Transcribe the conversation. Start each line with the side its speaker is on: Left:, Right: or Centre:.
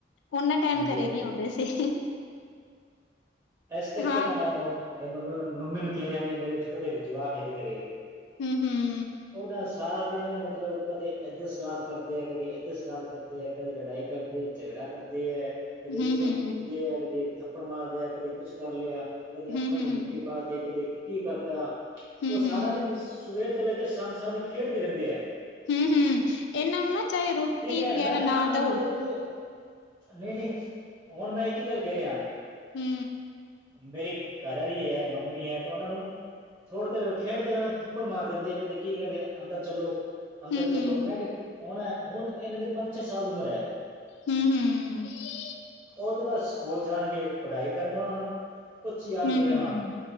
Left: ੳਨਾ ਟਾਈਮ
Right: ਹਾਂਜੀ-ਹਾਂਜੀ।
Left: ਘਰੇ ਨੀ ਆਉਂਦੇ ਸੀ।
Right: ਏਸ ਕਰਕੇ
Left: ਹਾਂ
Right: ਤਾਂ ਮੈਂ ੳਨੂੰ ਮੇਰੀ ਮੰਮੀ ਨੂੰ ਮੰਮੀ ਨੂੰ ਕੈ ਰੇਆ ਕਿ ਮੇਰੇ ਛੋਟੇ-ਛੋਟੇ ਜਵਾਕ ਹੈਗੇ ਘਰੇ।
Left: ਹੂੰ ਹੂੰ।
Right: <inaudible> ੳਦਾ ਸਾਰਾ ਦਿਨ ਮਤਲਬ ਕਦੇ ਏਧਰ ਸ਼ਰਾਰਤ ਕਰਦੇ ਏ, ਕਦੇ ਏਧਰ ਸ਼ਰਾਰਤ ਕਰਦੇ ਏ, ਕਦੇ ਲੜਾਈ ਕਰਦੇ ਏ, ਝਗੜਾ ਕਰਦੇ ਏ, ਕਦੇ ਏਕ-ਦੂਸਰੇ
Left: ਹੂੰ ਹੂੰ
Right: ਨੂੰ ਕੁੱਟਦੇ ਏ, ਕਦੇ ਥੱਪੜ ਮਾਰਦੇ ਆ, ਕਦੇ ਕੁਛ ਕਰ ਲਿਆ ਕਦੀ
Left: ਹੂੰ
Right: ਅੱਖਾਂ
Left: ਹੂੰ
Right: ਚ ਮਿੱਟੀ ਪਾ ਤੀ, ਕਦੇ ਕੀ ਕਰਤਾ ੳਹ
Left: ਹੂੰ
Right: ਸਾਰਾ
Left: ਹੂੰ
Right: ਦਿਨ ਸਵੇਰ ਤੋਂ ਲੈ ਕੇ ਸ਼ਾਮ, ਸਾਮੀ ਖੇਡਦੇ ਰੈੰਦੇ ਏ।
Left: ਹੂੰ ਹੂੰ ਇਹਨਾਂ ਨੂੰ ਨਾ ਚਾਹੇ ਰੋਟੀ
Right: ਠੀਕ ਏ
Left: ਵਗੈਰਾ
Right: ਮੈਂ ਤੇ ਨਾ ੳਨਾਂ
Left: ਦਓ
Right: ਨੂੰ ਇੱਕ ਈ ਨਈ- ਨਈ ਹੁਨ ਮੈਂ ਇੱਕ ਈ ਗੱਲ ਕੈ ਰਿਆ
Left: ਹੂੰ।
Right: ਮੇਰੀ ਘਰਆਲੀ ਏ, ਮੰਮੀ ਏ ਤੇ ੳਨਾਂ ਨੂੰ ਥੋੜੀ ਦੇਰ ਖੇਡਦੇ ੳਨਾਂ ਨੂੰ ਥੱਪੜ ਮਾਰ ਦੇੰਦੀ ਏ, ਕੇਦੀ ਕੀ ਕਰਦੇ? ਅੰਦਰ ਚੱਲੋ ਅੰਦਰ
Left: ਹੂੰ
Right: ਚੱਲੋ।
Left: ਹੂੰ
Right: ਮੈਂ ਕੈ ਹੁਨ, ਹੁਨ ਏਨਾਂ ਦੀ ਪੰਜ- ਛੇ ਸਾਲ ਦੀ ਉਮਰ ਐ।
Left: ਹੂੰ ਹੂੰ
Right: ੳਦੇ ਬਾਦ ਸਕੂਲ ਜਾਨਗੇ ਪਢਾ਼ਈ ਕਰਨ ੳਨੂੰ ਕੁਛ ਯਾਦ
Left: ਹੂੰ,
Right: ਨੀ ਰੇਨਾ,
Left: ਹੂੰ,